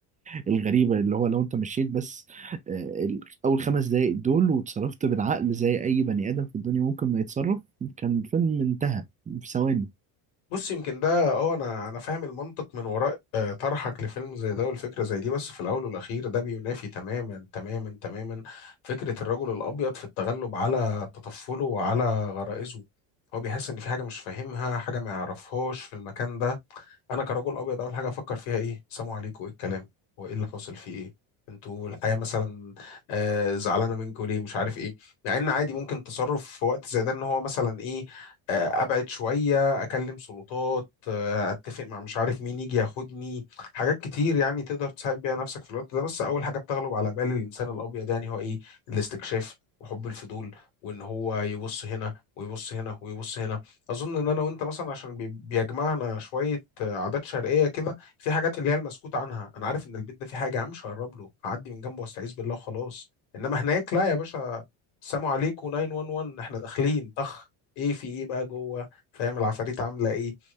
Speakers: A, on the right; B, on the left.
A: الغريبة اللي هو لو انت مشيت بس آه، ال- اول خمس دقايق دول وتصرفت بالعقل زي اي بني ادم في الدنيا ممكن ما يتصرف كان الفيلم انتهى في ثواني
B: بص يمكن ده اه انا انا فاهم المنطق من وراء آه، طرحك لفيلم زي ده والفكره زي دي بس في الاول والاخير ده بينافي تماما تماما تماما فكره الرجل الابيض في التغلب على تطفله وعلى غرائزه هو بيحس ان في حاجه مش فاهمها حاجه ما يعرفهاش في المكان ده انا كرجل ابيض اول حاجه افكر فيها ايه سلام عليكم ايه الكلام هو ايه اللي حاصل فيه ايه انتوا الحياه مثلا آه زعلانه منكم ليه مش عارف ايه مع ان عادي ممكن تصرف في وقت زي ده ان هو مثلا ايه آه ابعد شويه اكلم سلطات آه اتفق مع مش عارف مين يجي ياخدني حاجات كتير يعني تقدر تساعد بيها نفسك في الوقت ده بس اول حاجه بتغلب على بال الانسان الابيض يعني هو ايه الاستكشاف وحب الفضول وان هو يبص هنا ويبص هنا ويبص هنا اظن ان انا وانت مثلا عشان بي- بيجمعنا شويه آه، عادات شرقيه كده في حاجات اللي هي المسكوت عنها انا عارف ان البيت ده فيه حاجه يا عم مش هقرب له هعدي من جنبه واستعيذ بالله وخلاص انما هناك لا يا باشا السلام عليكم 911 احنا داخلين طخ ايه في ايه بقى جوه فاهم العفاريت عامله ايه